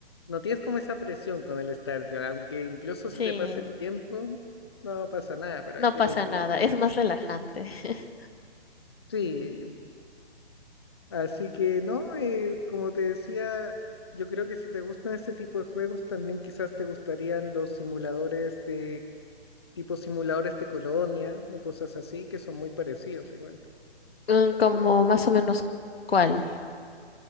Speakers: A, on the left; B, on the left.
A: no tienes como esa presión con el Stardew, aunque incluso
B: Sí,
A: se te pase el tiempo, no pasa nada, pero
B: no
A: aquí
B: pasa
A: era diferente.
B: nada. Es más relajante. <laughs>
A: Sí, así que no, eh, como te decía, yo creo que si te gustan ese tipo de juegos, también quizás te gustarían los simuladores de tipo simuladores de colonia o cosas así, que son muy parecidos igual.
B: Mm, Como más o menos cuál.